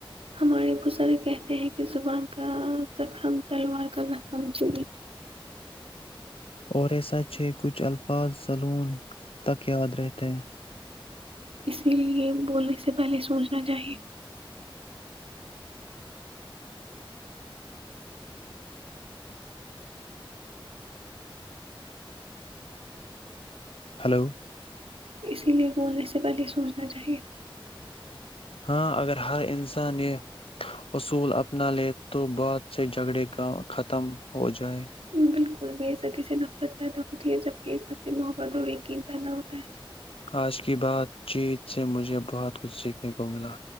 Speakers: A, on the right; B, on the left.
A: ہمارے وہسر کہتے ہیں کہ زبان کا زخم تلوار کا زخم چ
B: اور یہ سچ ہے کچھ الفاظ سلون تک یاد رہتے ہیں
A: اسی لیے بولنے سے پہلے سوچنا چاہیے
B: ہلو
A: اسی لیے بولنے سے پہلے سوچنا چاہیے
B: ہاں اگر ہر انسان یہ اصول اپنا لے تو بعد سے جھگڑے کا ختم ہو جائے
A: بالکل بےزتی سے نفرت پیدا ہوتی ہے جبکہ س سے محبت اور یقین پیدا ہوتا ہے
B: آج کی بات چیت سے مجھے بہت کچھ سیکھنے کو ملا